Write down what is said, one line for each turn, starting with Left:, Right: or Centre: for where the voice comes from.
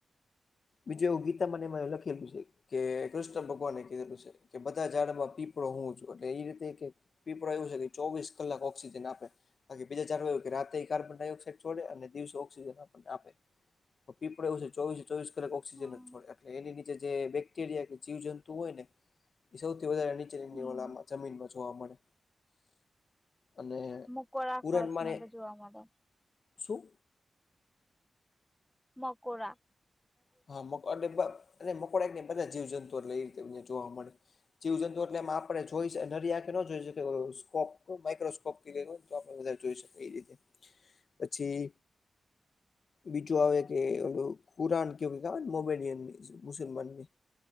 Left: બીજું એવું ગીતા મને લખેલું છે કે કૃષ્ણ ભગવાન કીધેલું છે. કે બધા ઝાડમાં પીપળો હું છું એટલે એ રીતે કે પીપળો એવું છે કે ચોવીસ કલાક ઓક્સિજન આપે. બાકી બીજા ચારું એ કે રાતે કાર્બન ડાયોક્સાઇડ છોડે અને દિવસે ઓક્સિજન આપને આપે. પણ પીપોડો એવું છે, ચોવીસે ચોવીસ... કલાક ઓક્સિજન
Centre: હા
Left: છોડે, એટલે એની નીચે જે બેક્ટેરિયા કે જીવ જંતુ હોય ને? એ સૌથી વધારે નીચેની
Centre: હમ
Left: ઓલામાં જમીનમાં જોવા મળે. અને
Centre: મકોડા
Left: કુરાન
Centre: ખાસ
Left: મારે
Centre: મને તો જોવા મળે
Left: શું.
Centre: મકોરા.
Left: હા એ અને મોકોડા બધા જીવ જંતુ. એ એ રીતે જોવા મળે. જીવ જંતુ એટલે એમ આપણે જોઈ નરિ આખે કે ન જોઈ શ સ્કોપ માઇક્રોસ્. સ્કોપ થી લે તો આપણે બારે જોઈ શકીએ. એ રીતે પછી બીજું આવે કે ઓલું કુરાન. કે કોઈક આવેને મોમેનિયની મુસલમાનની